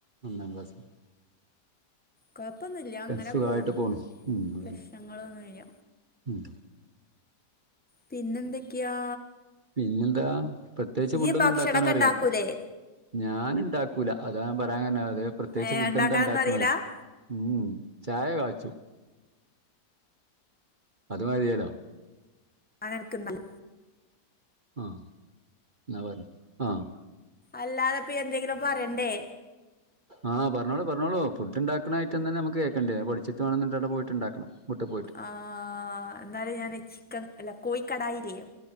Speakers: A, on the right (about 35°); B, in the centre.
A: ഒന്നാം ക്ലാസില്.
B: കൊഴ്പ്പൊന്നുല്ല അങ്ങനെ
A: സുഖായിട്ട്
B: പോണ്
A: പോണു ഉം അതന്നെ
B: പ്രശ്നങ്ങളൊന്നില്ല.
A: ഉം.
B: പിന്നെന്തൊക്കെയാ?
A: പിന്നെന്താ പ്രത്യേകിച്ച് ഫുഡൊന്നു
B: ഈ ഭക്ഷണൊക്കെ
A: ഉണ്ടാക്കാനറില്ല.
B: ഉണ്ടാക്കൂലേ
A: ഞാന് ഇണ്ടാക്കൂല അതാ നാ പറയാ കരണ് അത് പ്രത്യേച്ച്
B: ഏ
A: ഫുഡ്
B: ഉണ്ടാക്കാനൊന്നും
A: എന്താണ്ടാക്കണോയ്ച്.
B: അറിയില്ല
A: ഉം ചായ കാച്ചും. അത് മതിയലോ.
B: അനർക്ക്ന്നലെ.
A: ആഹ് ന്നാപർഞ്ഞ് ആഹ്
B: അല്ലാതപ്പൊ എന്തെങ്കിലു പറയണ്ടേ.
A: ആഹ് പറഞ്ഞോളു പറഞ്ഞോളൂ ഫുഡ്ണ്ടാക്കണായ്ട്ടെന്നെ നമക്ക് കേക്കണ്ടെ അ പഠിച്ചിട്ട് വേണംന്നിട്ടവ്ടപോയിട്ട് ണ്ടാക്കണം വീട്ട് പോയിട്ട്.
B: ആഹ് എന്നാലെ ഞാന് ചിക്കൻ അല്ല കോഴിക്കടായിലിയ.